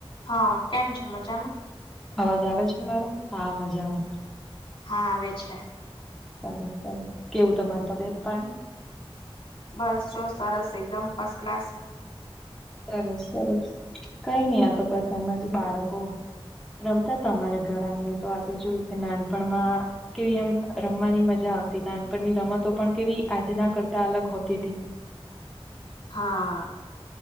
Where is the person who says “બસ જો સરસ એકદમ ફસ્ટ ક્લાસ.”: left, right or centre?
Left